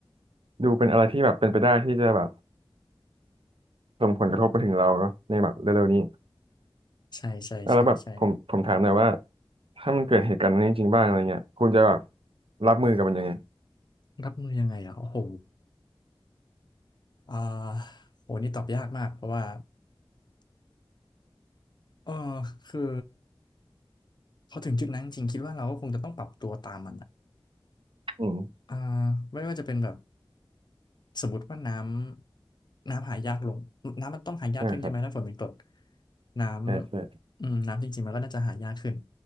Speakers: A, on the right; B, on the left.
A: ดูเป็นอะไรที่แบบเป็นไปได้ที่จะแบบส่งผลกระทบไปถึงเราเนาะในแบบเร็วๆนี้
B: ใช่ใช่ใช่ใช่
A: อ่ะแล้วแบบผมผมถามหน่อยว่าถ้ามันเกิดเหตุการณ์นั้นจริงๆบ้างอะไรเงี้ยคุณจะแบบรับมือกับมันยังไง
B: รับมือยังไงอ่ะโอ้โหอ่าโหนี่ตอบยากมากเพราะว่าเออคือ พอถึงจุดนั้นจริงๆคิดว่าเราก็คงจะต้องปรับตัวตามมันอ่ะ
A: อืม
B: อ่าไม่ว่าจะเป็นแบบสมมติว่าน้ำน้ำหายากลงน้ำมันต้องหายากขึ้นใช่ไหมถ้าฝนเป็นกรด
A: นี่าครับ
B: น้ำอืมน้ำจริงๆมันก็น่าจะหายากขึ้น
A: ใช่ใช่